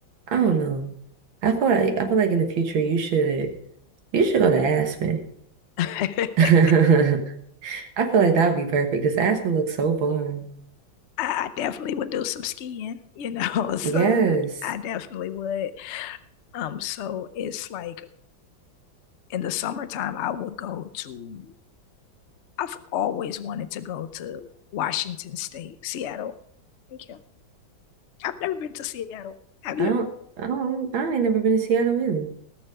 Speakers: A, on the right; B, on the left.
A: I don't know. I feel like I feel like in the future you should you should go to Aspen.
B: <laughs> I,
A: <laughs> I feel like that would be perfect because Aspen looks so fun.
B: I definitely would do some skiing, you know. <laughs> So
A: Yes,
B: I definitely would. Um, so it's like in the summertime, I would go to, I've always wanted to go to Washington State, Seattle. Thank you. I've never been to Seattle. Have
A: I
B: you?
A: don't I don't I ain't never been to Seattle either.